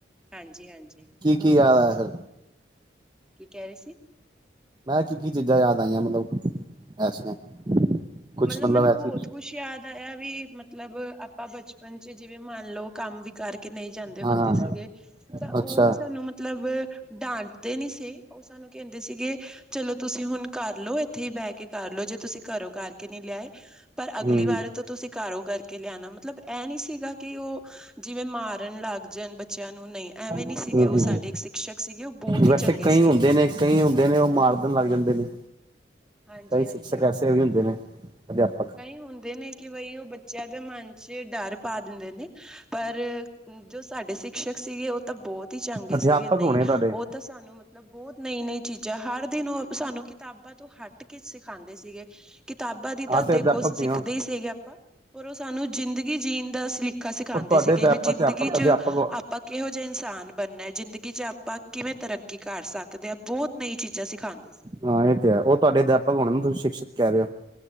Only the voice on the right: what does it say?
ਕੀ ਕੀ ਯਾਦ ਆਇਆ ਫਿਰ
ਮੈਂ ਕੀ ਕੀ ਚੀਜ਼ਾਂ ਯਾਦ ਆਈਆਂ ਮਤਲਬ ਐਸੀਆਂ। ਕੁਛ
ਐਸੀ
ਹਾਂ
ਹਾਂ
ਅੱਛਾ
ਹਮ
ਹਮ
ਵੈਸੇ
ਕਈ
ਹੁੰਦੇ ਨੇ। ਕਈ ਹੁੰਦੇ ਨੇ ਉਹ ਮਾਰ ਦੇਣ ਲੱਗ ਜਾਂਦੇ ਨੇ
ਕਈ
ਸ਼ਿਕਸ਼ਕ ਐਸੇ ਵੀ ਹੁੰਦੇ ਨੇ। ਅਧਿਆਪਕ।
ਅਧਿਆਪਕ
ਹੋਣੇ ਤੁਹਾਡੇ
ਆ
ਤੇ
ਅਧਿਆਪਕ
ਹੋ
ਉਹ ਤੁਹਾਡੇ
ਅਧਿਆ
ਅਧਿਆਪਕ ਅਧਿਆਪਕ
ਹਾਂ ਇਹ ਤੇ ਹੈ ਉਹ ਤੁਹਾਡੇ ਅਧਿਆਪਕ ਹੋਣਾ ਨਾ ਤੁਸੀਂ ਸ਼ਿਕਸ਼਼ਿਕ ਕਹਿ ਰਹੇ ਹੋ।